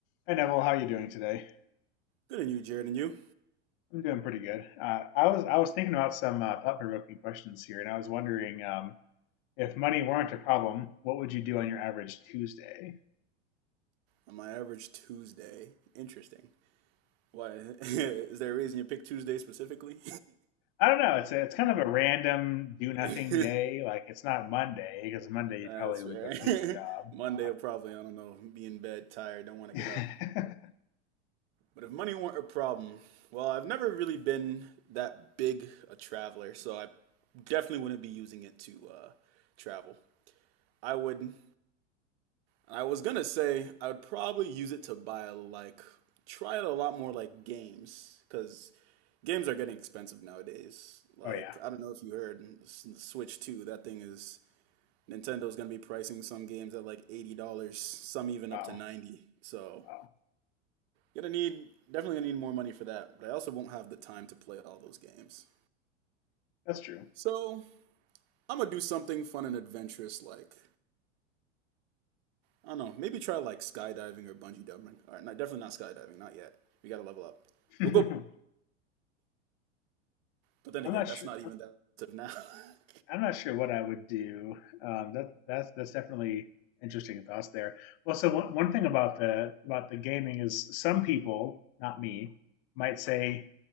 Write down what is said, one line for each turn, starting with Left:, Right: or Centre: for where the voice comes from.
Left: Hey Neville, how are you doing today?
Right: Good on you, Jared, and you.
Left: I'm doing pretty good. Uh, I was I was thinking about some uh, thought-provoking questions here, and I was wondering um, if money weren't a problem, what would you do on your average Tuesday?
Right: On my average Tuesday, interesting. Why <laughs> is there a reason you picked Tuesday specifically?
Left: I don't know. It's a, it's kind of a random do
Right: <laughs>
Left: nothing day. Like it's not Monday because Monday
Right: Nah,
Left: you probably
Right: that's
Left: would
Right: fair.
Left: go quit your job.
Right: <laughs> Monday
Left: Like,
Right: will probably, I don't know, be in bed, tired, don't want to
Left: <laughs>
Right: get up. But if money weren't a problem, well, I've never really been that big a traveler, so I definitely wouldn't be using it to uh, travel. I would, I was gonna say I would probably use it to buy like, try it a lot more like games, because Games are getting expensive nowadays. Like,
Left: oh yeah,
Right: I don't know if you heard S- Switch 2, that thing is Nintendo's gonna be pricing some games at like $80, some even
Left: wow,
Right: up to 90. So,
Left: wow,
Right: gonna need definitely gonna need more money for that, but I also won't have the time to play all those games.
Left: that's true.
Right: So, I'm gonna do something fun and adventurous like I don't know, maybe try like skydiving or bungee jumping. All right, not, definitely not skydiving, not yet. We gotta level up.
Left: <laughs>
Right: We'll go, but then
Left: I'm
Right: again,
Left: not
Right: that's
Left: sure.
Right: not even that expensive now. <laughs>
Left: I'm not sure what I would do. Um, that that's that's definitely interesting thoughts there. Well, so one, one thing about the about the gaming is some people, not me, might say,